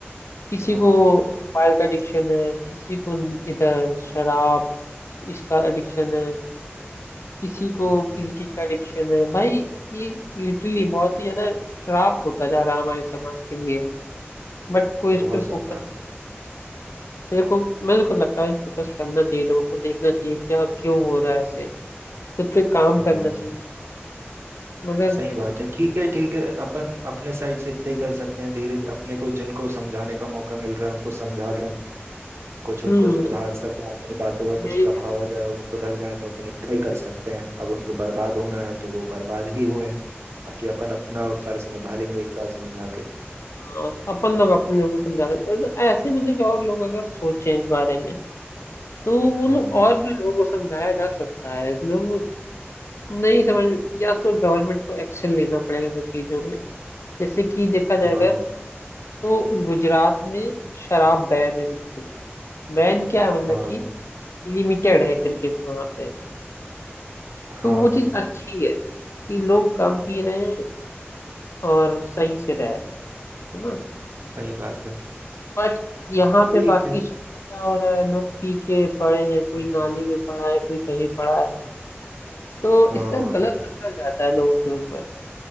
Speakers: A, on the left (about 85°); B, on the right (about 75°).
A: किसी
B: हाँ
A: को मोबाइल का एडिक्शन है किसी को इधर शराब इसका एडिक्शन है किसी को
B: हम्म
A: किसी चीज का एडिक्शन है भाई ये लिटरली बहुत ही ज्यादा श्राप होता जा रहा है हमारे समाज के लिए बट कोई इस
B: बहुत
A: पे फोकस
B: ज्यादा
A: नहीं मेरे को मेरे को लगता है फोकस करना चाहिए लोगों को देखना चाहिए क्या क्यों हो रहा है ऐसे खुद पे काम
B: हाँ
A: करना चाहिए मगर
B: सही बात है ठीक है ठीक है अपन अपने साइड से इतना ही कर सकते हैं धीरे अपने को जिनको समझाने का मौका मिल रहा है उनको समझा दें कुछ उनको
A: हम्म
B: सुधार
A: बस
B: सकें अपनी बातों का कुछ
A: यही
B: प्रभाव
A: कह सकते
B: आ जाए वो सुधर जाए तो अपन इतना ही कर सकते हैं अब उनको बर्बाद होना है तो वो बर्बाद ही हुए बाकी अपन अपना फर्ज निभा लेंगे एक बार समझा के
A: हैं। हाँ, बस अपन लोग अपने लोगों को समझा सकते हैं तो ऐसे मतलब कि और लोग अगर सोचें इस बारे में तो वो
B: हाँ
A: लोग और भी लोगों को समझाया जा सकता है लोग नहीं समझ या तो गवर्नमेंट को एक्शन लेना पड़ेगा इन सब चीजों में जैसे कि देखा जाएगा
B: हाँ
A: तो गुजरात में शराब बैन है बिल्कुल बैन क्या है मतलब
B: हाँ
A: कि लिमिटेड है क्रिकेट से वहां पे
B: हाँ
A: तो वो चीज हम्म अच्छी है कि लोग कम पी रहे हैं और सही से रह रहे हैं है ना
B: सही बात है
A: बट यहाँ पे
B: ठीक
A: बाकी
B: है
A: शहर में क्या हो रहा है लोग पी के पड़े हैं कोई
B: हम्म,
A: नाली में पड़ा है कोई कहीं पड़ा है तो
B: हाँ
A: इससे गलत असर जाता है लोगों के ऊपर